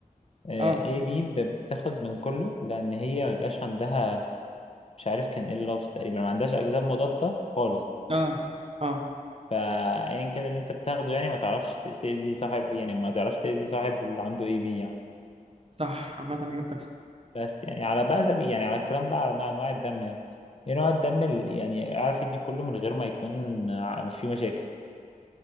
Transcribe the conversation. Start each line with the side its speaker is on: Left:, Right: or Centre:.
Left: آه
Right: اه
Left: ايه بي ب- بتاخد من كله لأن هي مبيبقاش عندها مش عارف كان ايه اللفظ تقريبا ما عندهاش أجزاء مضادة خالص
Right: اه اه
Left: فايا كده اللي انت بتاخده يعني ما تعرفش ت- تأذي صاحب يعني ما تعرفش تأذي صاحب اللي عنده اي بي يعني
Right: صح عامة اجابتك صح
Left: بس يعني على بقى سبيل يعني على الكلام بقى على نوع- انواع الدم يعني ايه نوع الدم اللي يعني اعرف يدي كله من غير ما يكون ع- في مشاكل